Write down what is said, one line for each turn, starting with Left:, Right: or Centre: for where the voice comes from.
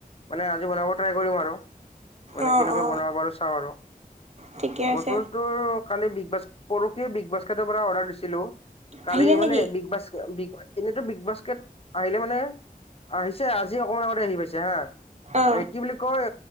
Left: মানে আজি বনাব ট্ৰাই কৰিম আৰু মানে
Right: অ
Left: কেনেকৈ
Right: অ
Left: বনাব পাৰু চাওঁ আৰু
Right: ঠিকে
Left: বস্তু
Right: আছে
Left: ব্তু কালি বিগ ব পৰহে বিগ বাস্কেটৰ পৰা অৰ্ডাৰ দিছিলো। কালি
Right: আহিলে
Left: মানে
Right: নেকি
Left: বিগ বাছ বিগ এনেতো বিগ বাস্কেট আহিলে মানে আহিছে আজি অকমান আগতে আহি পাইছে হা
Right: অ
Left: এ কি বুলি কয়